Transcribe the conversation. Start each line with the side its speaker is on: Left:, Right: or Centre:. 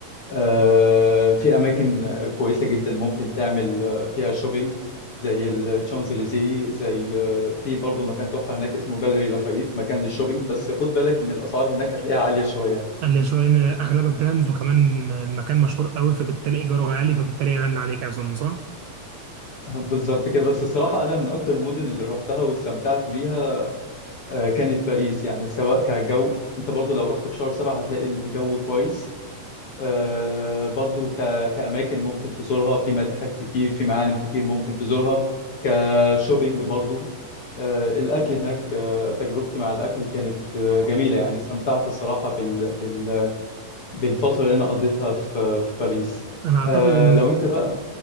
Left: آه في اماكن كويسه جدا ممكن تعمل آه، فيها شوبينج زي الشانزليزيه زي آه، في برضو مكان تحفه هناك اسمه جاليري لافايت مكان للشوبينج بس خد بالك ان الاسعار هناك هتلاقيها عاليه شويه
Right: اللي شوية إن أغلبها براندز وكمان المكان مشهور قوي فبالتالي إيجاره غالي فبالتالي يغلي عليك أظن صح؟
Left: <laughs> بالظبط كده بس الصراحة أنا من أكتر المدن اللي روحتها واستمتعت بيها آه، كانت باريس يعني سواء كجو أنت برضو لو رحت في شهر سبعة هتلاقي الجو كويس آه، برضو ك... كأماكن ممكن تزورها في متاحف كتير في معالم كتير ممكن تزورها كشوبينج برضو آه، الأكل هناك آه، تجربتي مع الأكل كانت آه، جميلة يعني استمتعت الصراحة بال... بال... بالفترة اللي أنا قضيتها في في باريس
Right: أنا أعتقد
Left: آه،
Right: إن
Left: لو أنت بقى